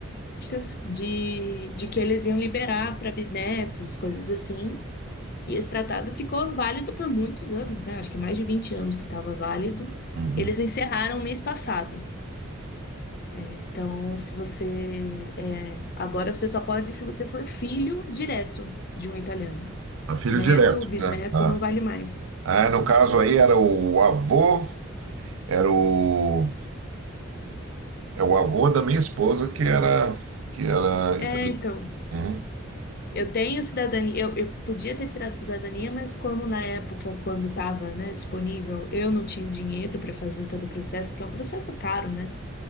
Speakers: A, on the left; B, on the right.
A: políticas de, de que eles iam liberar para bisnetos, coisas assim. E esse tratado ficou válido por muitos anos, né? Acho que mais de 20 anos que estava válido.
B: Uhum.
A: Eles encerraram mês passado. Então, se você é, agora você só pode se você for filho direto de um italiano.
B: A filho
A: Neto,
B: direto,
A: bisneto,
B: né? Ah.
A: não vale mais.
B: Ah, no caso aí era o avô, era o, é o avô da minha esposa que era. Que era
A: É,
B: italiano.
A: então.
B: Uhum.
A: Eu tenho cidadania, eu, eu podia ter tirado cidadania, mas como na época, quando estava, né, disponível, eu não tinha dinheiro para fazer todo o processo, porque é um processo caro, né?